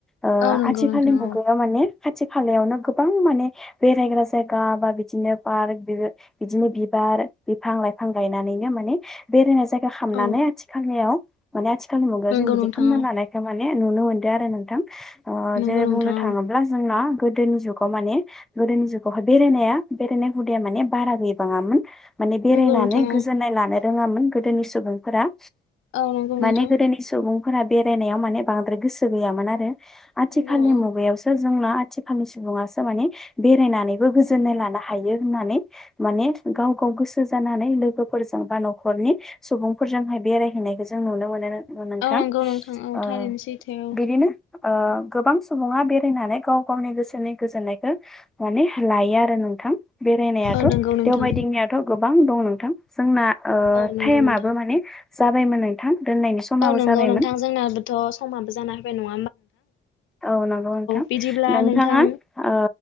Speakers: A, in the centre; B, on the left.
A: ओ
B: औ नंगौ
A: आथिखालनि
B: नोंथां औ
A: मुगायाव माने खाथि खालायावनो गोबां माने बेरायग्रा जायगा बा बिदिनो पार्क बिदिनो बिबार बिफां लाइफां गायनानैनो मान बेरायनो जायगा खालामनानै
B: औ
A: आथिलनिआव आथिखालनि मुगायाव
B: नंगौ
A: जों बिदि
B: नोंथां
A: खालामनो
B: औ
A: लानाय माने नुनो मोनदों आरो नोंथां ओ
B: नंगौ
A: जेरै
B: नोंथां
A: बुंनो थाङोब्ला
B: औ
A: जोंना गोदोनि जुगाव माने गोदोनि जुगावहाय बेरायनाया बेरायनाय हुदाया माने बारा गैबांङामोन माने बेरायनानै
B: नंगौ नोंथां
A: गोजोननाय
B: औ
A: लानो रोङामोन गोदोनि सुबुंफोरा
B: औ नंगौ
A: माने
B: नोंथां
A: गोदोनि सुबुं मोना बेराय नायाव माने बांद्राय गोसो गैयामोन आरो आथिखालनि
B: नंगौ औ
A: मुगायाव सो जोंना आथिखालनि सुबुङासो माने बेरायनानैबो गोजोननाय लानो हायो होननानै माने गाव गाव गोसो जानानै लोगोफोरजों बा न' न'खरनि सुबुंफोरजोंहाय बेरायहैनायखौ जों नुनो मोनो नोंथां
B: औ नंगौ नोंथां औ
A: ओ
B: थारैनो सैथो औ
A: बिदिनो ओ गोबां सुबुङा बेरायनानै गाव गावनि गोसोनि गोजोननायखौ माने लायो आरो नोंथां बेरायनायाथ'
B: औ नंगौ नोंथां
A: देवबायदिंनायाथ' गोबां दं नोंथां जोंना ओ
B: औ नंगौ
A: टाइमाबो
B: नोंथां
A: माने जाबायमोन नोंथां दोननायनि समाबो
B: औ नंगौ
A: जाबायमोन
B: नोंथां जोंनाबोथ' समाबो जाना फैबाय नंङा
A: औ नंगौ नोंथां
B: बिदिब्ला
A: नोंथाङा
B: नोंथां
A: ओ